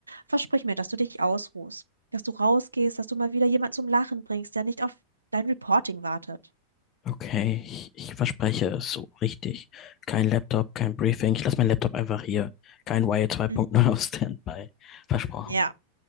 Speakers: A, on the right (about 80°); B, on the left (about 30°).
A: Versprich mir, dass du dich ausruhst, dass du rausgehst, dass du mal wieder jemanden zum Lachen bringst, der nicht auf dein Reporting wartet.
B: Okay, ich, ich verspreche es so richtig. Kein Laptop, kein Briefing. Ich lasse meinen Laptop einfach hier. Kein Wire 2.0
A: Mhm.
B: auf Standby. Versprochen.
A: Ja.